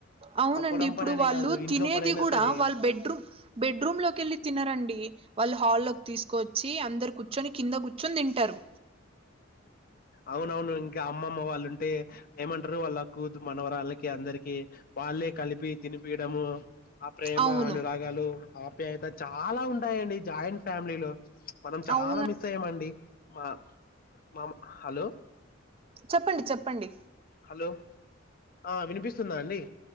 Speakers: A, on the right; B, on the left.
A: అవునండి
B: ఆ పొలం
A: ఇప్పుడు
B: పననే
A: వాళ్ళు
B: కాదు ఇంట్లో
A: తినేది
B: పనైనా
A: కూడా
B: సరే
A: వాళ్ళు బెడ్రూమ్ బెడ్రూమ్ లోకి వెళ్ళి తినారండి వాళ్ళు హాల్లోకి తీసుకోచ్చి అందరు కూర్చొని కింద కూర్చొని తింటారు
B: అవునవును ఇంకా అమ్మమ్మ వాళ్ళు ఉంటే ఏమంటారు వాళ్ళు కూ మనవరళ్ళకి అందరికి వాళ్ళే కలిపి తినిపియడము ఆ ప్రేమ
A: అవును
B: అనురాగాలు ఆప్యాయత చాలా ఉంటాయండి జాయింట్ ఫ్యామిలీలో మనం చాలా
A: అవును
B: మిస్ అయ్యామండి మా మా హలో
A: చెప్పండి చెప్పండి
B: హలో ఆ వినిపిస్తుందా అండి